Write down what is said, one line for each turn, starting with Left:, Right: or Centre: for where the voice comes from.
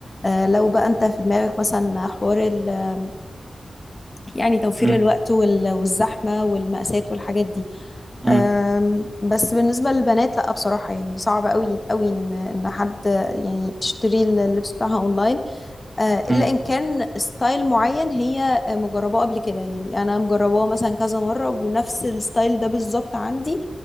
Left: آه، لو بقى انت في دماغك مثلا حوار ال- يعني توفير
Right: مم،
Left: الوقت وال- والزحمة والمقاسات والحاجات دي
Right: مم،
Left: آم، بس بالنسبة للبنات لا بصراحة يعني صعب قوي قوي ان ان حد يعني تشتري اللبس بتاعها اونلاين آه، الا
Right: مم،
Left: ان كان ستايل معين هي مجرباه قبل كده يعني انا مجرباه مثلا كذا مرة ونفس الستايل ده بالظبط عندي